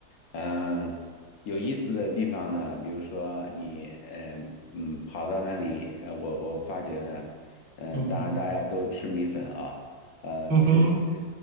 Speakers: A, on the left; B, on the right.
A: 嗯，有意思的地方呢，比如说你，嗯嗯，跑到那里，呃，我我发觉呢，嗯，
B: 嗯
A: 当然大家都吃米粉啊，呃，
B: 嗯哼。
A: 吃，<laughs>